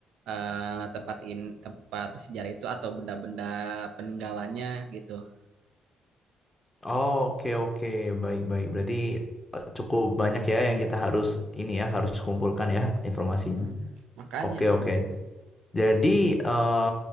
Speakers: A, on the right; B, on the left.
A: eh, tempat in tempat sejarah itu atau benda-benda peninggalannya gitu.
B: Oh, Oke, oke, baik, baik. Berarti eh, cukup banyak ya yang kita harus ini ya, harus kumpulkan ya informasinya.
A: Hmm, makanya
B: Oke,
A: tuh.
B: oke. Jadi eh